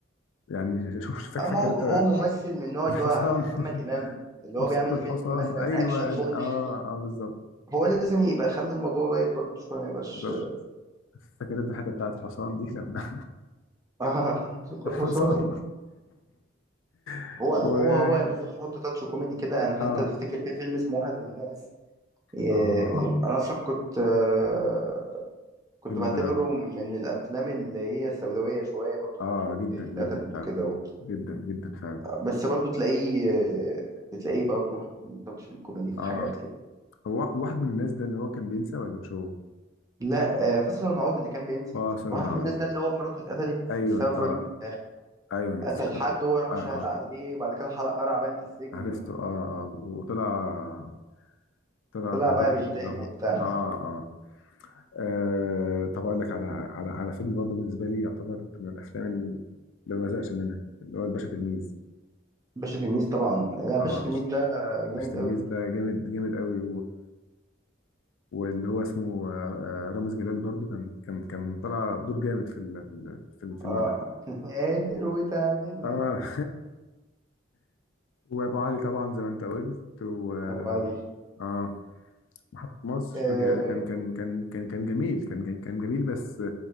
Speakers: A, on the left (about 85°); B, on the right (about 20°).
A: يعني <laughs> شوف فاكر
B: اما
A: فاكر
B: هو
A: انت
B: هو ممثل من النوع اللي
A: الحصان
B: هو عارف محمد امام
A: <laughs>
B: اللي هو
A: امسكوا
B: بيعمل فيلم
A: الحصان
B: مثلا
A: ايوه
B: اكشن كوميدي
A: اه اه بالظبط
B: هو لازم يبقى خلي الموضوع لايت برضه شويه ما يبقاش
A: بالظبط فاكر انت الحته بتاعت الحصان دي لما
B: آه <laughs> مسك
A: <laughs>
B: الحصان
A: الحصان <laughs>
B: هو هو
A: و
B: هو لازم يحط تاتش كوميدي كده يعني حتى
A: اه
B: تفتكر في فيلم اسمه واحد من الناس إيه،
A: اه
B: كنت- انا اصلا كنت آه، كنت
A: الفيلم
B: بعتبره
A: ده
B: من الافلام اللي هي السوداويه شويه برضو
A: اه
B: مراته
A: جدا
B: اتقتلت
A: جدا فعلا
B: وكده و-
A: جدا جدا فعلا
B: بس برضو تلاقيه آه، تلاقيه برضو يحط تاتش الكوميدي في
A: اه
B: حاجات كده
A: هو واحد من الناس ده اللي هو كان بينسى ولا مش هو؟
B: لا آه، فصل ونعود اللي كان بينسى
A: اه ثواني
B: واحد
A: اعوض
B: من الناس ده اللي هو مراته اتقتلت
A: ايوه
B: بسبب
A: اه
B: راجل آه،
A: ايوه أنا
B: قتل
A: افتكرت
B: حد هو يروح
A: اه
B: شاهد
A: اه
B: عليه وبعد كده حلق قرع باين في السجن
A: عرفته اه اه وطلع طلع
B: وطلع
A: بهدلني
B: بقى بينتقم
A: كلهم
B: وبتاع
A: اه اه آه، طب اقول لك على على على فيلم برضه بالنسبه لي يعتبر من الافلام اللي ما بزهقش منها اللي هو الباشا تلميذ
B: باشا تلميذ طبعا لا باشا
A: اه
B: تلميذ ده جامد
A: الباشا تلميذ
B: قوي
A: ده جامد جامد قوي واللي هو اسمه آه، آه، رامز جلال برضو كان كان كان طلع دور جامد في ال- في ال- في الفيلم
B: اه
A: ده
B: <laughs> قادر وتعملها
A: اه <laughs> وابو علي طبعا زي ما انت قلت و
B: ابو علي
A: اه محطة مصر
B: آه
A: جا- كان كان كان كان كان جميل كان كان كان جميل بس